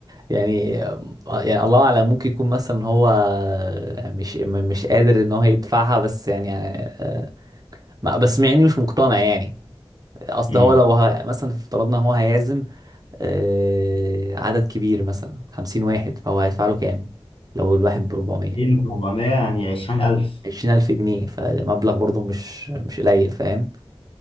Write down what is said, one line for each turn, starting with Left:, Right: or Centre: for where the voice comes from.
Right: يعني آه، يعني الله اعلم ممكن يكون مثلا هو آه، مش م- مش قادر ان هو يدفعها بس يعني آه، ما- بس يعني مش مقتنع يعني اصل
Left: امم
Right: هو لو ه... مثلا افترضنا هو هيعزم آه، عدد كبير مثلا خمسين واحد فهو هيدفع له كام لو الواحد بربعمية
Left: 400 يعني 20000
Right: عشرين ألف جنيه فمبلغ برضه مش مش قليل فاهم